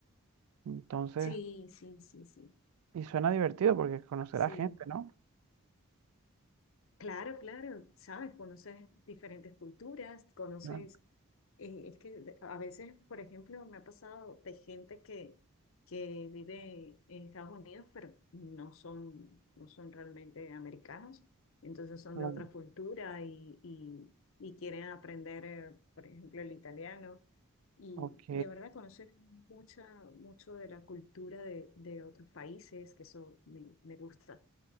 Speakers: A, on the right; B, on the left.
A: Entonces,
B: Sí, sí, sí, sí,
A: y suena divertido porque conocerás
B: sí.
A: gente, ¿no?
B: Claro, claro, sabes, conoces diferentes culturas, conoces,
A: Claro,
B: eh, es que a veces, por ejemplo, me ha pasado de gente que, que vive en Estados Unidos, pero no son, no son realmente americanos, entonces son
A: claro.
B: de otra cultura y, y, y quieren aprender, eh, por ejemplo, el italiano, y,
A: Ok,
B: y de verdad conocer mucha, mucho de la cultura de, de otros países, que eso me, me gusta.